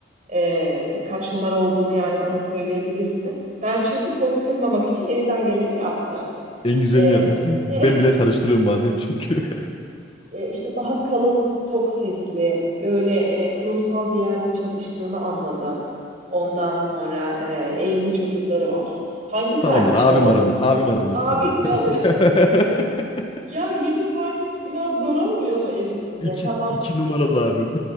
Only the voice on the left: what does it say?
En güzelini
yapmışsın.
Ben bile karıştırıyorum bazen çünkü.
<laughs>
Tamamdır abim
aramış, abim aramış
sizi.
<laughs>
İki,
iki numaralı abim.